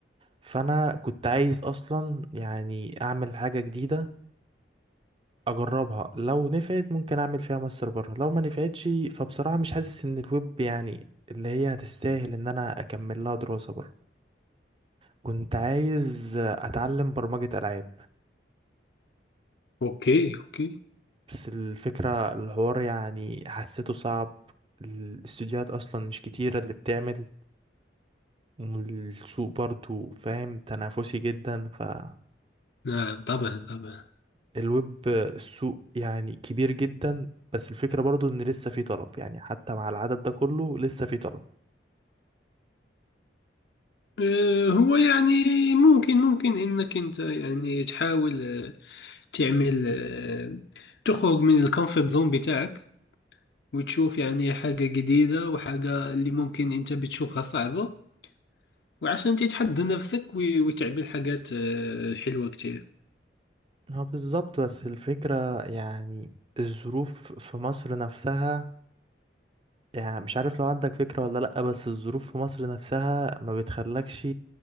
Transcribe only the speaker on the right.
فانا كنت عايز اصلا يعني اعمل حاجه جديده اجربها لو نفعت ممكن اعمل فيها ماستر بره لو ما نفعتش فبصراحة مش حاسس ان الويب يعني اللي هي هتستاهل ان انا اكمل لها دراسة بره كنت عايز اتعلم برمجة العاب
بس الفكرة الحوار يعني حسيته صعب الاستوديوهات اصلا مش كتيرة اللي بتعمل والسوق برضو فاهم تنافسي جدا فالويب
السوق يعني كبير جدا بس الفكرة برضو ان لسه في طلب يعني حتى مع العدد ده كله لسه في طلب
اه بالظبط بس الفكرة يعني الظروف في مصر نفسها يعني مش عارف لو عندك فكرة ولا لأ بس الظروف في مصر نفسها ما بتخلكش